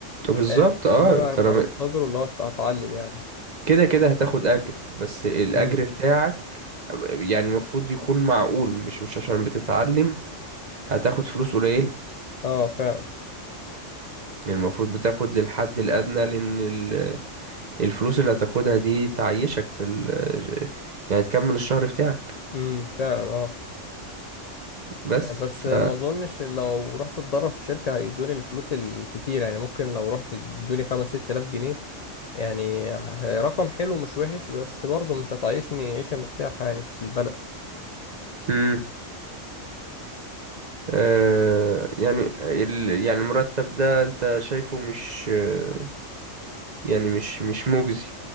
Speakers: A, on the right; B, on the left.
A: بالظبط
B: آه،
A: اه
B: كلنا
A: طالما
B: هبقى منتظر اللي هو اتعلم يعني
A: كده كده هتاخد اجر بس الاجر
B: امم
A: بتاعك يعني المفروض يكون معقول مش مش عشان بتتعلم هتاخد فلوس قليلة
B: اه فعلا
A: يعني المفروض بتاخد الحد الأدنى لأن ال- الفلوس اللي هتاخدها دي تعيشك في ال يعني تكمل الشهر بتاعك
B: امم فعلا اه
A: بس
B: آه، بس
A: ف
B: ما اظنش لو رحت اتدرب في شركه هيدوني الفلوس الكتير يعني ممكن لو رحت ادوني 5 6000 جنيه يعني رقم حلو مش وحش بس برضه مش هتعيشني عيشة مرتاحة يعني في البلد
A: مم. آه يعني ال... يعني المرتب ده أنت شايفه مش آه، يعني مش مش مجزي